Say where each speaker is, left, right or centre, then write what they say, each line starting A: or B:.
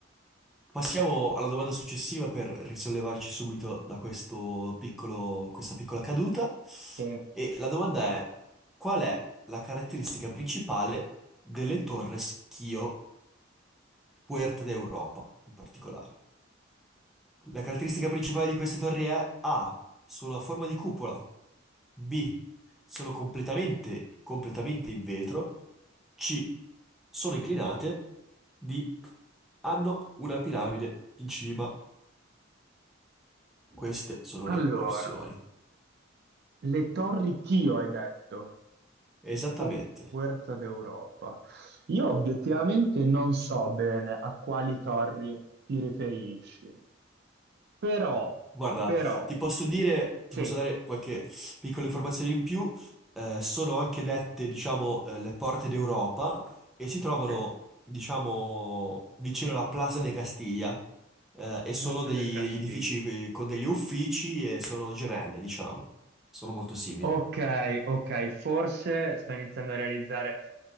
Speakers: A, in the centre; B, on the right.
A: Passiamo alla domanda successiva per risollevarci subito da questo piccolo, questa piccola caduta.
B: Eh,
A: E la domanda è: qual è la caratteristica principale delle Torres Kio? Puerta d'Europa in particolare. La caratteristica principale di queste torri è A, solo a forma di cupola, B, sono completamente, completamente in vetro, C, sono inclinate, D, hanno una piramide in cima. Queste sono
B: Allora,
A: le opzioni.
B: le Torri Chio hai detto,
A: Esattamente.
B: o Puerta d'Europa. Io obiettivamente non so bene a quali torri ti riferisci, però,
A: Guarda,
B: però,
A: ti posso dire,
B: sì.
A: ti posso dare qualche piccola informazione in più. Eh, sono anche dette, diciamo, eh, le porte d'Europa e si trovano,
B: Sì.
A: diciamo, vicino alla Plaza de Castiglia. Eh, e sono
B: Plaza
A: dei-
B: de Castillo.
A: degli edifici eh, con degli uffici e sono gemelle, diciamo. Sono molto simili.
B: Ok, ok, forse sto iniziando a realizzare